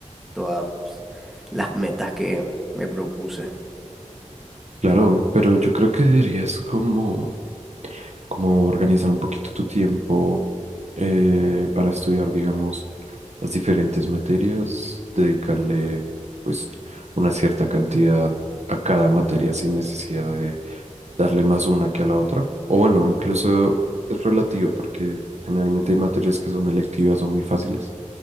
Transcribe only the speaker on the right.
Claro, pero yo creo que deberías como, como organizar un poquito tu tiempo eh, para estudiar, digamos, las diferentes materias, dedicarle pues una cierta cantidad a cada materia sin necesidad de darle más una que a la otra. O bueno, incluso es relativo porque generalmente hay materias que son electivas o muy fáciles